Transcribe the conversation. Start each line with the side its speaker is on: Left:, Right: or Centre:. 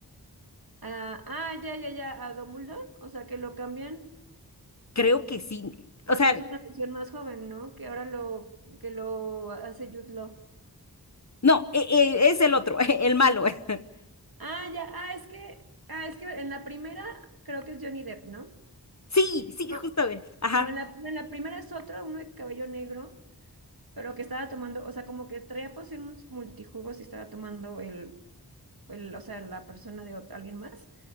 Right: Ah, ah, ya, ya, ya, a Dumbledore, o sea, que lo cambian
Left: Creo que sí.
Right: porque
Left: O sea,
Right: es una versión más joven, ¿no? Que ahora lo, que lo hace Jude Law.
Left: No, eh, eh, es el otro, <laughs> el malo. <laughs>
Right: Ah, ya, ah, es que, ah, es que en la primera creo que es Johnny Depp, ¿no?
Left: Sí, sí,
Right: No,
Left: justo él. Ajá,
Right: O en la, en la primera es otro, uno de cabello negro, pero que estaba tomando, o sea, como que traía poción mus- multijugos y estaba tomando el, el, o sea, la persona de ot- alguien más.